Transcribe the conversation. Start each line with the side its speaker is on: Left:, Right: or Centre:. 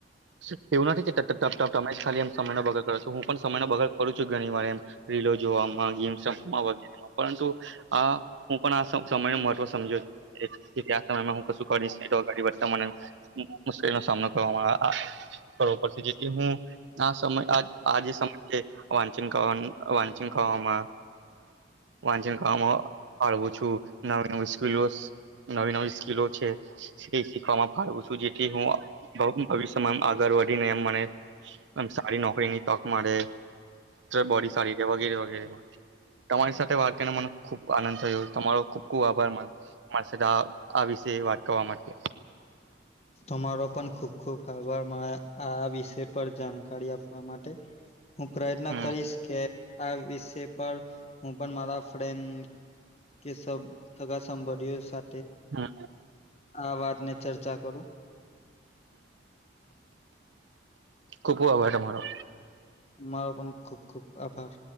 Right: ઠવના ઠી છે તપ તમે ખાલી એમ સમય ન બગડ કરો છો હું પણ સમયના બગાડ કરું છું, ઘણી વાર એમ રીલો જોવામાં ગેમ પરુ આ હું પણ આ સમય ન મહત્વ સમજ્યો, આ સમયમાં હું કશું કરીશ ગાડી વધતા મને મુશ્કેલીનોો સામનો કરવામાં. કરવો પડશે જેથી હું આ સમય આ આજ સમય છે, વાંચન વાંચન ખાવામાં વાંચન કરવામાંડવું છું, નવી ન સ્કલો નવી નવી સ્કીિલો છે તે શીખવામાં ફું છું જેથી હું ભવિષ્ય આગર વધી ને એમ મને સારી નોકરી ની તક મળે, બોડી સારી છે વગેરે વગેરે તમારી સાથે વાત કરીને મને ખુબ આનંદ થયો તમારો ખુબ ખુબ આભાર મા મા આ વિશે વાત કરવા માટે.
Left: તમારો પણ ખુબ ખુબ આભાર આ વિષય પર જાણકારી આપવા માટે, હું પ્રયત્ન
Right: હમ
Left: કરીશ કે આ વિય પર હું પણ મારા ફ્રેન્ડ કે સબ સગા સંભળીઓ સાથે
Right: હમ
Left: આ વાતને ચર્ચા કરું,
Right: ખૂપું આભાર તમારો
Left: મારો પણ ખૂબ ખુબ આભાર.